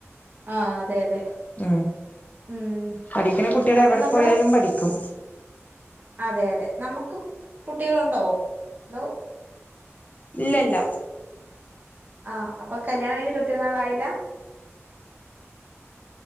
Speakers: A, on the right (about 35°); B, on the left (about 30°).
A: ആഹ് അതെ അതെ
B: ഉം
A: ഉം
B: പഠിക്കണ കുട്ടികൾ
A: അവിടെ
B: എവിടെ
A: നമ്മുടെ
B: പോയാലും പഠിക്കും
A: അതെ അതെ നമുക്കും കുട്ടികളുണ്ടോ അതോ
B: ഇല്ലല്ല
A: ആഹ് അപ്പൊ കല്യാണം കഴിഞ്ഞിട്ട് ഒത്തിരിനാളായില്ല